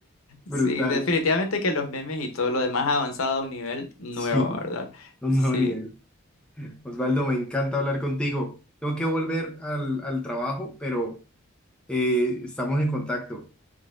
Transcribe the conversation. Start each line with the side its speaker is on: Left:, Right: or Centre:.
Centre: Brutal.
Left: sí, definitivamente que los memes y todo lo demás ha avanzado a un nivel nuevo,
Centre: Sí,
Left: ¿verdad?
Centre: un
Left: Sí,
Centre: nuevo nivel. Osvaldo, me encanta hablar contigo. Tengo que volver al, al trabajo, pero eh, estamos en contacto.